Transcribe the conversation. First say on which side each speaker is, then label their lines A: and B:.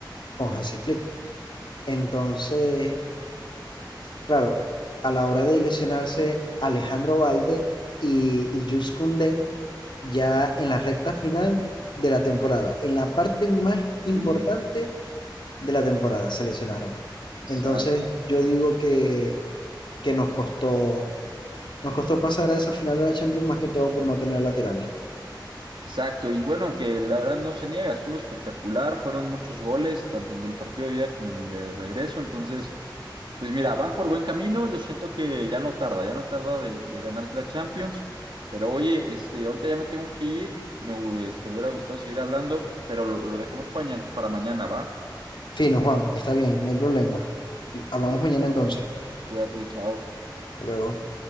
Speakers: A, on the left; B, on the right.
A: con Hansi Flick. Entonces, claro, a la hora de lesionarse Alejandro Valde y Iljus Koundé, ya en la recta final de la temporada, en la parte más importante
B: Sí,
A: de la temporada, se lesionaron.
B: exacto.
A: Entonces, yo digo que, que nos costó, nos costó pasar a esa final de la Champions más que todo por no tener laterales.
B: Exacto, y bueno, que la verdad no se niega, estuvo espectacular, fueron muchos goles, tanto en el partido de ida como en el de regreso, entonces, pues mira, van por buen camino, yo siento que ya no tarda, ya no tarda de, de ganar la Champions, pero oye, este, ahorita ya me tengo que ir, me, hu- este, me hubiera gustado seguir hablando, pero lo, lo dejamos paña- para mañana, ¿va?
A: Fino, Juan, está bien, no hay problema. Hablamos
B: Ya,
A: mañana entonces.
B: cuídate, chao.
A: Hasta luego.